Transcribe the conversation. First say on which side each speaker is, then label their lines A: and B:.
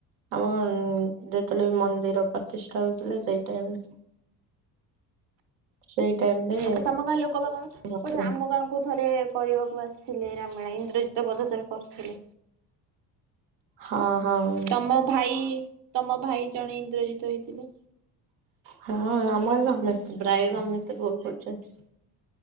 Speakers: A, on the right; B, on the right.
A: ଆମ ଉଁ ଯେତେବେଳେ ମନ୍ଦିର ପ୍ରତିଷ୍ଠା ହେଉଥିଲେ ସେଇ ଟାଇମ୍ ରେ। ସେଇ ଟାଇମ ରେ
B: ଆଉ ତମ ଗାଁ ଲୋକ ବା କଣ
A: ହଁ
B: କୋଠି ଆମ ଗାଁକୁ ଥରେ କରିବାକୁ ଆସିଥିଲେ ରାମଲୀଳା ଇନ୍ଦ୍ରଜିତ ବଧ ଥରେ କରିଥିଲେ।
A: ହଁ ହଁ।
B: ତମ ଭାଇ, ତମ ଭାଇ ଜଣେ ଇନ୍ଦ୍ରଜିତ ହେଇଥିଲେ।
A: ହଁ ଆମର ସମସ୍ତେ ବ୍ରାୟ ସମସ୍ତେ ଭୁଲ କରୁଛନ୍ତି।